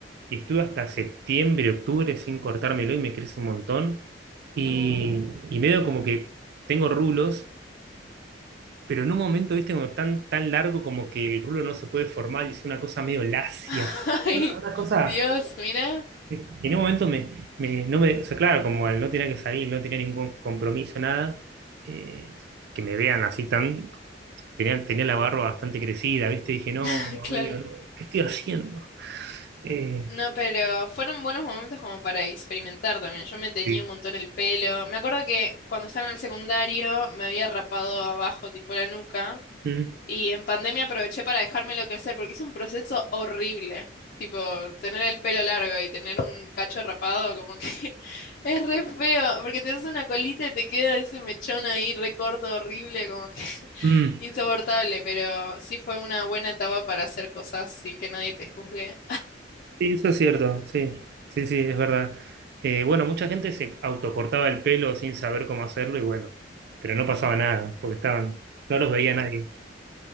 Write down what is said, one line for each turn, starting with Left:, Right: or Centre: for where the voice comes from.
Right: y estuve hasta septiembre, octubre sin cortármelo y me crece un montón. Y,
Left: No.
Right: y medio como que tengo rulos, pero en un momento, viste, como tan, tan largo como que el rulo no se puede formar y es una cosa medio lacia.
Left: <laughs> Ay,
Right: Una, una cosa,
Left: Dios, mira.
Right: eh, en un momento me, me- no me, o sea, claro, como al no tenía que salir, no tenía ningún compromiso, nada, eh, que me vean así tan, tenía, tenía la barba bastante crecida, viste, dije, no,
Left: <laughs> Claro.
Right: amigo, no, ¿qué estoy haciendo? Eh,
Left: No, pero fueron buenos momentos como para experimentar también. Yo me teñí
Right: sí.
Left: un montón el pelo. Me acuerdo que cuando estaba en el secundario me había rapado abajo, tipo la nuca.
Right: Mm.
Left: Y en pandemia aproveché para dejármelo crecer porque es un proceso horrible. Tipo, tener el pelo largo y tener un cacho rapado, como que <laughs> es re feo, porque te haces una colita y te queda ese mechón ahí re corto, horrible, como que <laughs>
Right: <laughs>
Left: insoportable, pero sí fue una buena etapa para hacer cosas sin que nadie te juzgue.
Right: Sí, eso es cierto, sí, sí, sí, es verdad. Eh, bueno, mucha gente se autocortaba el pelo sin saber cómo hacerlo y bueno, pero no pasaba nada, porque estaban, no los veía nadie.